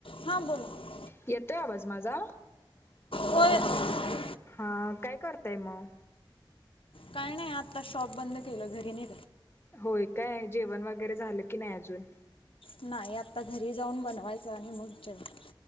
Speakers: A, on the left (about 80°); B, on the left (about 25°).
A: हां बोला
B: येतोय आवाज माझा.
A: होय येतोय
B: हा ऽऽऽकाय करताय मग,
A: काय नाईआता शॉप बंद केलं, घरीऽऽ
B: होय काय,, जेवण वगैरे झालं की नाही अजून,
A: नाही आता घरी जाऊन बनवायचं आणि मग जेवऽऽ